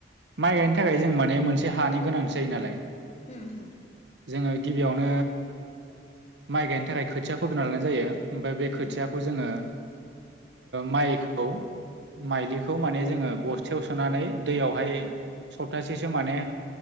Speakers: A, on the right (about 75°); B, on the left (about 35°).
A: माइ गायनो थाखाय जों माने मोनसे हानि गोनांथि जायो नालाय
B: ह होम।
A: जोङो गिबियावनो माइ गायनो थाखाय खोथिया फोगोरना लानाय जायो ओमफ्राय बे
B: उम
A: खोथियाखौ जोङो माइलिखौ माने जोङो बस्थायाव सोनानै दैयावहाय
B: उम
A: सप्तासेसो माने